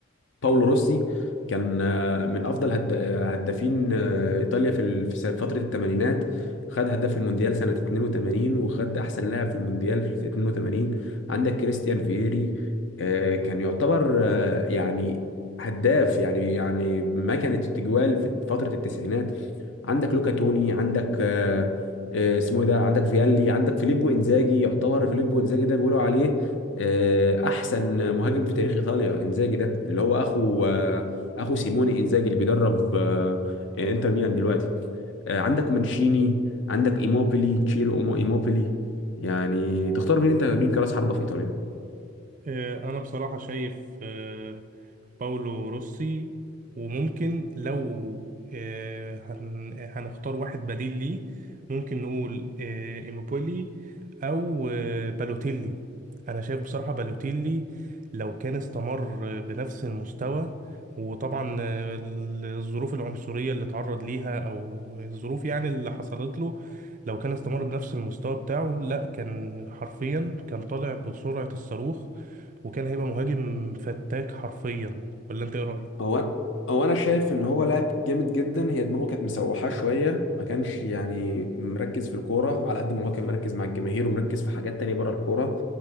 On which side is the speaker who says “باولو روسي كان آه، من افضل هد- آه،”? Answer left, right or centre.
Left